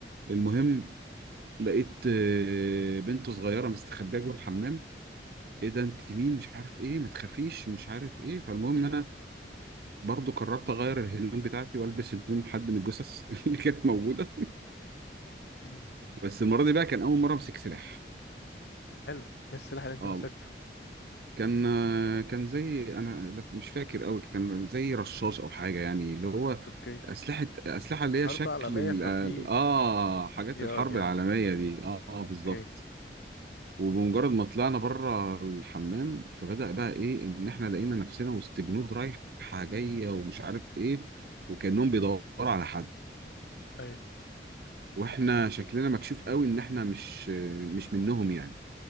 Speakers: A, on the left (about 75°); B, on the right (about 60°).
A: امم
B: المهم لقيت آه، بنت صغيره مستخبيه جوه الحمام ايه ده انت مين مش عارف ايه ما تخافيش مش عارف ايه فالمهم إن انا برضو قررت اغير الهدوم بتاعتي والبس هدوم حد من الجثث <laughs> اللي كانت موجوده
A: امم
B: بس المره دي بقى كان اول مره امسك سلاح
A: حلو ايه السلاح اللي انت
B: اه
A: مسكته
B: كان كان زي انا لا، مش فاكر قوي كان زي رشاش او حاجه يعني اللي هو
A: اوكي
B: اسلحه اسلحه اللي
A: حرب
B: هي شكل
A: عالمية ففي
B: ال- اه حاجات
A: اي
B: الحرب
A: ار يعني
B: العالميه دي اه, آه
A: اوكي
B: بالظبط وبمجرد ما طلعنا بره الحمام فبدأ بقى ايه ان احنا لقينا نفسنا وسط جنود رايحه جايه ومش عارف ايه وكأنهم بيدوروا على حد
A: ايوه
B: واحنا شكلنا مكشوف قوي ان احنا مش مش منهم يعني